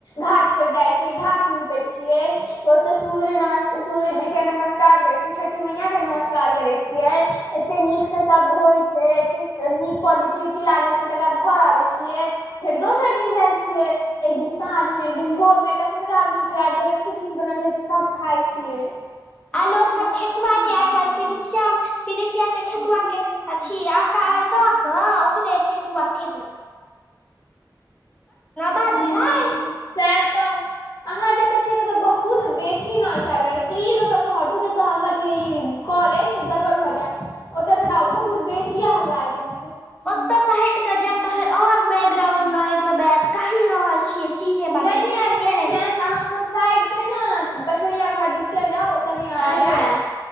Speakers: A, on the left; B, on the left.
A: घाट पर जाइ छियै घाट नीपे छियै ओते सूर्य नमस सूर्यजी के नमस्कार कार करय छियै छठी मैया के नमस्कार करे छियै एते नीक से सब होइ छै एते नीक प पॉजिटिविटी लागे छै तकर बाद घर आबे छियै फेर दोसर दिन जाइ छियै। दिन साँझ मे एक दिन भोर में कते मजा आबे छिय फेर आब के जते चीज बनल रहे छै सब खाय छियै।
B: आ लोक सब ठेकुआ के आइ काल्हि परिकिया मे पिरिया के ठेेकुआके अथि आकार द क अ ओकरे ठकुआ ठेकु बात
A: हु
B: भेलै
A: सेह तऽ अहाँ जतऽ छी ततऽ बहुत बहुत बेसी नॉइस आइब रहल प्लीज ओतयसँ हटू नहि तऽ हमर जे ई कॉल अइ से गड़बड़ भऽ जायत। ओतऽ से जाउ बहुत बेसीये हल्ला आइब रहल अइ।
B: ओतय से हट कऽ जायब तहन और बैकग्राउंड नॉइस सब ऐत। कहि रहल छीये धीरे
A: अइ
B: बजाय
A: नहि
B: ला
A: आयत
B: सुइने नहि रहल
A: आयत
B: छै।
A: अहाँ उम्हर साइड चलि जाउ ने पछोरिया घर दिस चलि जाउ ओतऽ नहि आबज
B: हैया
A: ऐत।